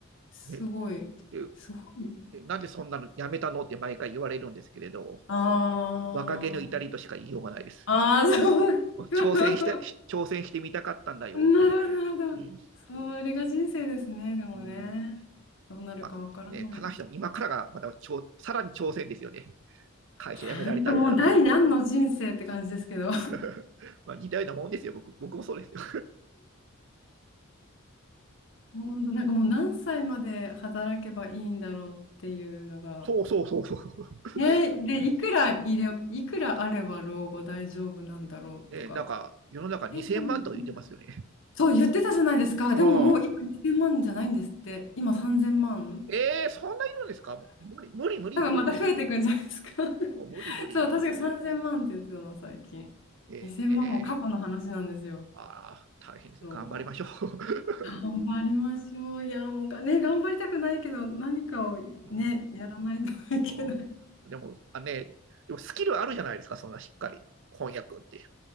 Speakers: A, on the left; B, on the right.
A: すごい、
B: ね、で、
A: すごい。
B: なんでそんなのやめたのって毎回言われるんですけれど、
A: あー、
B: 若気の至りとしか言いようがないです。
A: あー、そうか。<laughs>
B: 挑戦して、挑戦してみたかったんだよって。
A: なるほど、なるほど。
B: うん、
A: それが人生ですね、でもね。
B: うん
A: どうなるかわからない。
B: まあね、必ずしも今からがまたさらに挑戦ですよね。会社辞められたってなると。
A: 本当もう第何の人生って感じですけど。
B: <laughs> まあ似たようなもんですよ、僕僕もそうですよ。
A: 本当なんかもう何歳まで働けばいいんだろうっていうのが。
B: <laughs> うんそうそうそうそう。<laughs>
A: ね、で、いくらいれ、いくらあれば老後大丈夫なんだろうとか。
B: ね、なんか世の中2000万とか言ってますよね。
A: 計算できないそう言ってたじゃないですか。
B: ああ。
A: でももう今2000万じゃないんですって。今3000万
B: えー、そんないるんですか無理、無理、無理、
A: 多分また増えていくんじゃないですか。
B: 無理、無理。
A: <laughs>
B: もう無理、無理。
A: そう、確か3000万って言ってたの、最近。
B: <laughs>
A: 2000万も過去の話なんですよ。
B: えー、ああ、大変ですね。
A: そう。
B: 頑張りましょう。
A: 頑張りましょう。いや、もうがね、頑張りたくないけど、何かをね、
B: <laughs> うん、
A: やらないといけない。
B: おでも、あね、でもスキルあるじゃないですか、そんなしっかり。翻訳って。